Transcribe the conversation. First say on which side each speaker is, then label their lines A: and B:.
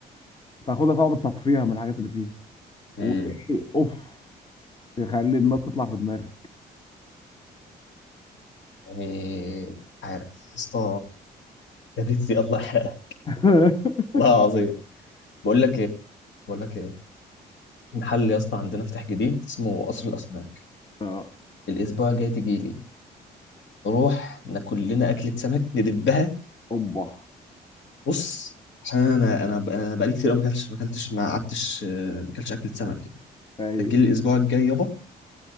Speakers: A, on the left; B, on the left.
A: تاخدها طبعا بتصفيها من الحاجات اللي فيها
B: امم
A: وايه اوف تخلي النار تطلع في دماغك
B: يعني مش عارف يا اسطى يا دي دي الله يحرقها
A: <laughs>
B: والله العظيم بقول لك ايه بقول لك ايه محل يا اسطى عندنا فتح جديد اسمه قصر الاسماك
A: اه
B: الاسبوع الجاي تجي لي نروح ناكل لنا اكله سمك ندبها
A: اوبا
B: بص عشان انا انا انا بقالي كتير قوي ما اكلتش ما اكلتش ما قعدتش آه، ما اكلتش اكله سمك يعني
A: اي
B: تجي لي الاسبوع الجاي يابا